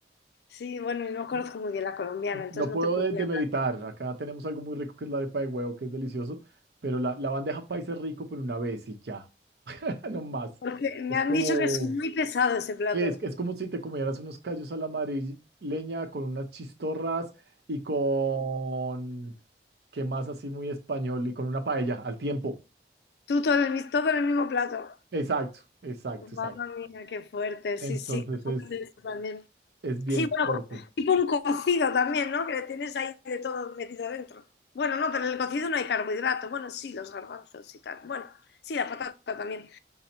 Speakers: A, on the left; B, on the right.
A: Sí, bueno, y no conozco
B: No
A: muy bien la colombiana, entonces
B: no puedo
A: no te podía.
B: de- demeritar, acá tenemos algo muy rico que es la arepa de huevo, que es delicioso, pero la, la bandeja paisa es rico, pero una vez y ya. <laughs> No más.
A: Porque
B: Es
A: me han
B: como,
A: dicho que es muy pesado ese plato.
B: ¿qué es, es como si te comieras unos callos a la madrileña con unas chistorras y con, ¿qué más así muy español? Y con una paella al tiempo.
A: Tú todo en el, mis- todo en el mismo plato.
B: Exacto, exacto,
A: Mamma
B: exacto.
A: mía, qué fuerte, sí,
B: Entonces
A: sí, qué fuerte
B: es,
A: eso también.
B: es bien
A: Sí, bueno,
B: fuerte.
A: como tipo un cocido también, ¿no? Que le tienes ahí de todo metido dentro. Bueno, no, pero en el cocido no hay carbohidrato. Bueno, sí, los garbanzos y tal. Bueno, sí, la patata también.